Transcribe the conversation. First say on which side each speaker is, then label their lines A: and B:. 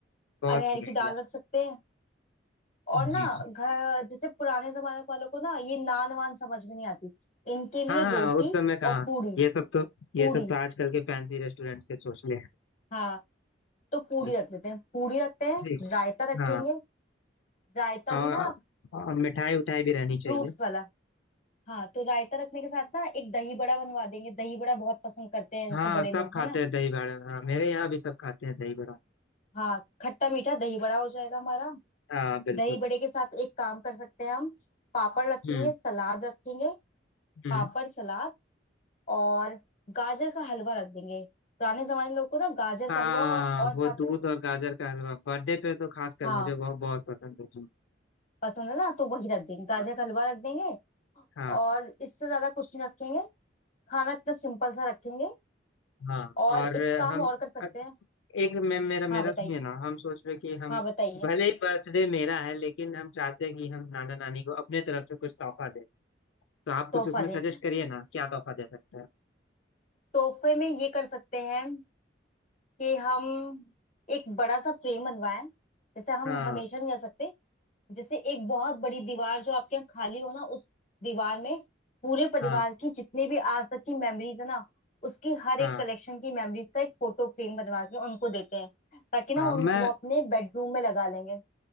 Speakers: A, on the left; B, on the left.
A: बहुत
B: अरहर
A: सही आइडिया
B: की दाल रख सकते हैं और ना
A: जी जी
B: घर जैसे पुराने जमाने वालों को ना ये नान वान समझ में नहीं आती इनके लिए
A: हाँ हाँ
B: रोटी
A: उस समय कहाँ
B: और पूरी
A: ये सब तो ये
B: पूरी
A: सब तो आजकल के फैंसी रेस्टोरेंट्स के चोचले
B: हाँ तो पूरी
A: जी
B: रख देते हैं पूरी रखते हैं
A: ठीक
B: रायता रखेंगे
A: हाँ
B: रायता
A: और,
B: भी ना
A: और मिठाई उठाई भी रहनी चाहिए
B: फ्रूट्स वाला हाँ तो रायता रखने के साथ ना एक दही बड़ा बनवा देंगे दही बड़ा बहुत पसंद करते हैं जैसे
A: हाँ
B: बड़े
A: सब
B: लोग
A: खाते
B: है ना
A: हैं दही बड़ा हाँ, मेरे यहाँ भी सब खाते हैं दही बड़ा
B: हाँ खट्टा मीठा दही बड़ा हो जाएगा हमारा
A: हाँ बिल्कुल
B: दही बड़े के साथ एक काम कर सकते हैं हम पापड़
A: हम्म
B: रखेंगे सलाद रखेंगे
A: हम्म
B: पापड़ सलाद और गाजर का हलवा रख देंगे पुराने जमाने लोग को ना गाजर का
A: हाँ
B: हलवा और
A: वो
B: साथ
A: दूध
B: में
A: और गाजर का हलवा बर्थडे पे तो खासकर
B: हाँ
A: मुझे बहुत बहुत पसंद है जी
B: पसंद है ना तो वही रख देंगे गाजर
A: हाँ
B: का हलवा रख देंगे
A: हाँ
B: और इससे ज्यादा कुछ नहीं रखेंगे खाना इतना सिंपल सा रखेंगे
A: हाँ,
B: और
A: और
B: एक काम
A: हम
B: और कर सकते हैं
A: एक मैं मेरा मेरा
B: हाँ बताइए
A: सुनिए ना हम सोच रहे कि हम
B: हाँ बताइए
A: भले ही बर्थडे मेरा है लेकिन हम चाहते हैं कि हम नाना नानी को अपने तरफ से कुछ तोहफा दें तो आप कुछ
B: तोहफा
A: उसमें
B: दे
A: सजेस्ट करिए ना क्या तोहफा दे सकते हैं
B: तोहफे में ये कर सकते हैं कि हम एक बड़ा सा फ्रेम बनवाएं जैसे हम
A: हाँ
B: हमेशा नहीं जा सकते जैसे एक बहुत बड़ी दीवार जो आपके यहाँ खाली हो ना उस दीवार में पूरे परिवार
A: हाँ
B: की जितने भी आज तक की मेमोरीज है ना उसकी हर
A: हाँ
B: एक कलेक्शन की मेमोरीज का एक फोटो फ्रेम बनवा के उनको देते हैं ताकि ना
A: हाँ
B: उन,
A: मैं
B: वो अपने बेडरूम में लगा लेंगे